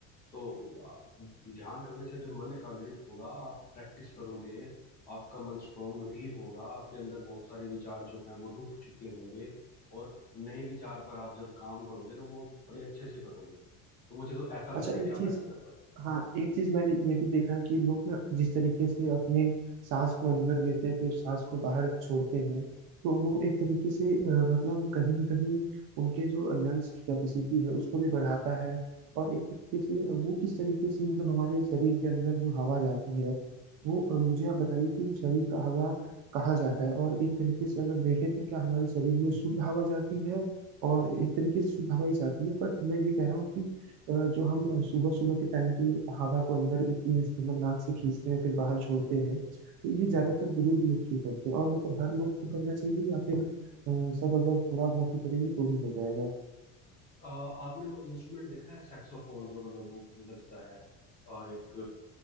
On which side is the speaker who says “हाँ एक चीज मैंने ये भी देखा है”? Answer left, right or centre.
Right